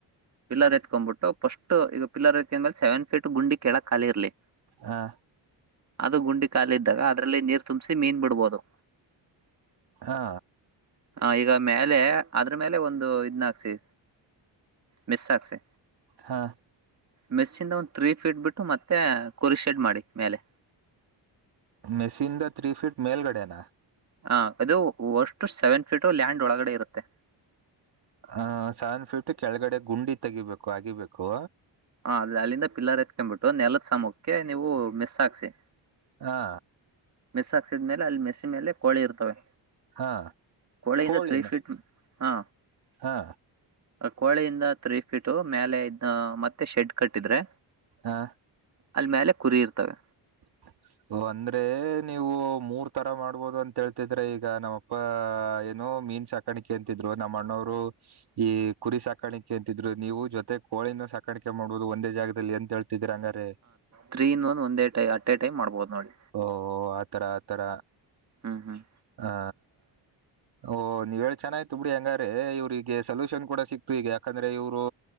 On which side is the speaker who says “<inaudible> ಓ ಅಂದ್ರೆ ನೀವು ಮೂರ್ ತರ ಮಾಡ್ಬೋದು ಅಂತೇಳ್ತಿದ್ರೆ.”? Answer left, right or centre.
Right